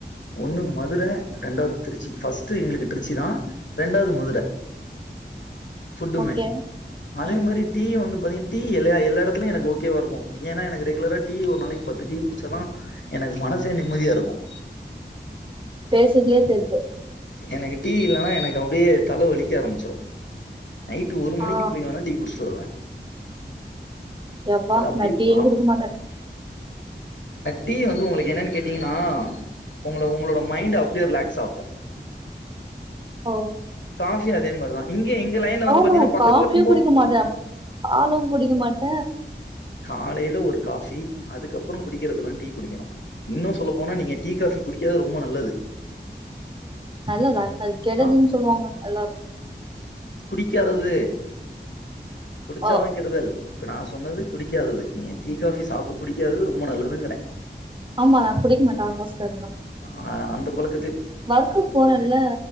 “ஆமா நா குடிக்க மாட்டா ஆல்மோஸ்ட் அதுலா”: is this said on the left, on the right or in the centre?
Right